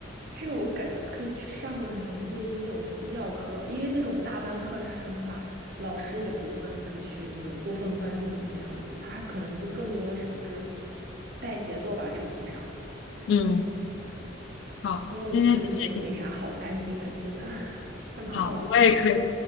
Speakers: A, on the right; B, on the left.
A: 这个我感觉可以去上个什么一对一那种私教课，因为那种大班课，他说实话，老师也不会就是去那种过分关注你那样子，他还可能就更多的是就是带节奏吧，整体上。
B: 嗯，好，
A: 所以我觉得没没啥好担心的，
B: 今天谢谢你。
A: 真的 <laughs> 还蛮好玩。
B: 好，我也可以，